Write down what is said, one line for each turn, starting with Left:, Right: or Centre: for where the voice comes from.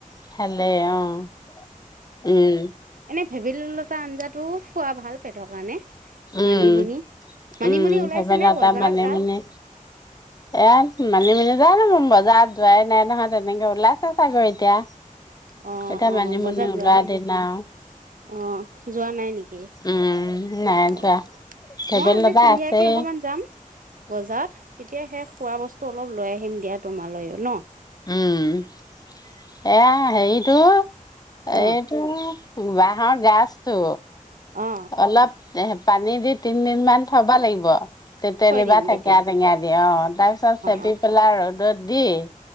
Left: ভালে অ, ' উম।
Right: ভেবেলী লতা আঞ্জাটো খোৱা ভাল পেটৰ কাৰণে।
Left: উম,
Right: মানিমুনি মানিমুনি
Left: উম,
Right: ওলাইছে
Left: ভেবেলতা
Right: নে বজাৰত
Left: মান
Right: তাত
Left: মানে, এ মানিমুনি জানো মই বজাৰত যোৱাই নাই নহয় তেনেকে ওলাইছে চাগৈ এতিয়া।
Right: অ',
Left: এতিয়া
Right: অ,
Left: মানিমুনি
Right: ' বজাৰত
Left: ওলোৱা
Right: যোৱা নাই,
Left: দিন আৰু
Right: অ, ' যোৱা নাই নেকি?
Left: উম, নাই
Right: অ'।
Left: যোৱা ভেবেলিলতা
Right: অ' মই আজি সন্ধিয়াকে
Left: আছেই
Right: অকমান যাম। বজাৰত তেতিয়া সেই খোৱা বস্তু অলপ লৈ আহিম দিয়া তোমালৈও ন?
Left: উম। এইয়া হেৰিটো। এইটো
Right: অ অ
Left: বাঁহৰ গাজটো।
Right: অ
Left: অলপ এ পানী দি তিনদিন মান থ'বা লাগিব। তেতেলি
Right: থৈ দিম
Left: বা থেকীয়া
Right: তেতিয়া অ
Left: টেঙিয়া দি, অ' তাৰ পিছত চেপি
Right: অ
Left: পেলাই ৰ'দত দি <inaudible>